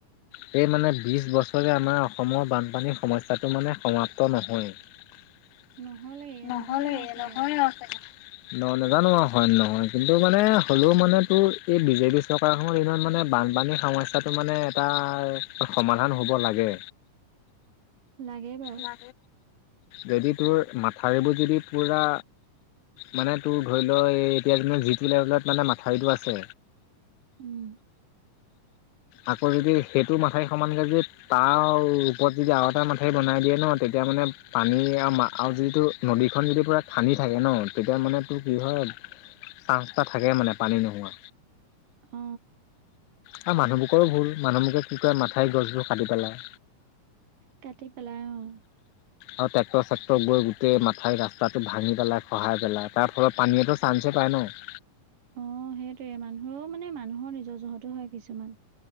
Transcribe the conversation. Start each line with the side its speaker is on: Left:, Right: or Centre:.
Left: সে মানে বিশ বছৰে আমাৰ অসমৰ বানপানীৰ সমস্যাটো মানে সমাপ্ত নহয়য়েই।
Right: নহ'লেগে
Left: নহ'লেই,
Right: নহয় আৰু চাগে
Left: নহয়ে আৰু চাগে ন নাজানো হয় নহয় কিন্তু মানে হ'লেও মানে তোৰ এই বিজেপি চৰকাৰখনৰ দিনত মানে বানপানীৰ সমস্যাটো মানে এটা সমাধান হ'ব লাগে
Right: লাগে বাৰু
Left: লা যদি তোৰ মাথাউৰিবোৰ যদি পূৰা মানে তোৰ ধৰি লো এতিয়া যিটো লেভেলত মানে মাটি মথাউৰিটো আছে
Right: উম।
Left: আকৌ যদি সেইটো মাথাই সমানকে যে তাৰ ওপৰত যদি আৰু এটা ম মথাউৰি বনাই দিয়ে ন তেতিয়া মানে পানী আৰু আৰু যিটো নদীখন যদি পূৰা খানি থাকে ন তেতিয়া মানে তোৰ কি হয় চান্স এটা থাকে মানে পানী নোহোৱা।
Right: অ
Left: আৰু মানুহবোকৰো ভুল মানুহবোকে কি কৰে মাথাউৰিৰ গছবোৰ কাটি পেলায়।
Right: কাটি পেলাই অ'।
Left: আৰু ট্ৰেক্টৰ, চেক্টৰ গৈ গোটেই মাথাউৰি ৰাস্তাটো ভাঙি পেলাই খহাই পেলাই তাৰ ফলত পানীয়েতো চান্ঞ্চেই পায় ন।
Right: অ' সেইটোৱেই মানুহেও মানে মানুহৰ নিজৰ জহতো হয় কিছুমান।